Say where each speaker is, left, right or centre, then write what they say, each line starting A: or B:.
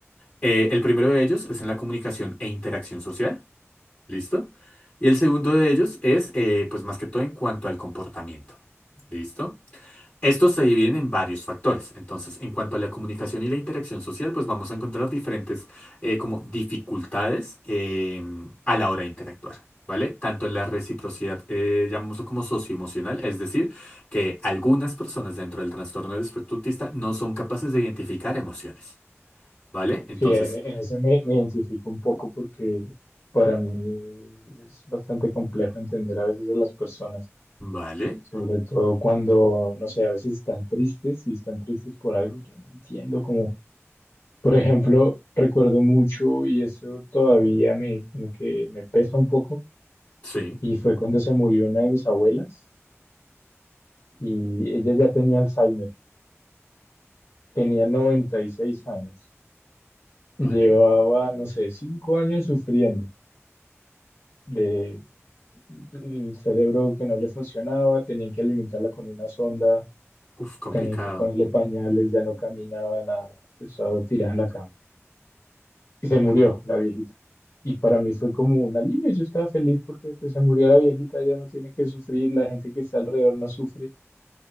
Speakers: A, on the left (about 30°); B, on the left (about 60°).
A: Eh, el primero de ellos es en la comunicación e interacción social, ¿listo? Y el segundo de ellos es, eh, pues más que todo, en cuanto al comportamiento, ¿listo? Estos se dividen en varios factores. Entonces, en cuanto a la comunicación y la interacción social, pues vamos a encontrar diferentes eh, como dificultades eh, a la hora de interactuar, ¿vale? Tanto en la reciprocidad, eh, llamémoslo como socioemocional, es decir, que algunas personas dentro del trastorno del espectro autista no son capaces de identificar emociones, ¿vale? Entonces,
B: sí, en, en eso me, me identifico un poco porque para mí es bastante complejo entender a veces a las personas,
A: ¿vale?
B: sobre todo cuando, no sé, a veces están tristes y están tristes por algo, que no entiendo como, por ejemplo, recuerdo mucho y eso todavía me, como que me pesa un poco
A: Sí,
B: y fue cuando se murió una de mis abuelas y ella ya tenía Alzheimer, tenía 96 años, llevaba,
A: ¿vale?
B: no sé, 5 años sufriendo de el cerebro que no le funcionaba, tenían que alimentarla con una sonda,
A: Uf, complicado.
B: tenían que ponerle pañales, ya no caminaba nada, estaba tirada en la cama y se murió la viejita. Y para mí fue como un alivio, yo estaba feliz porque pues, se murió la viejita, ya no tiene que sufrir, la gente que está alrededor no sufre.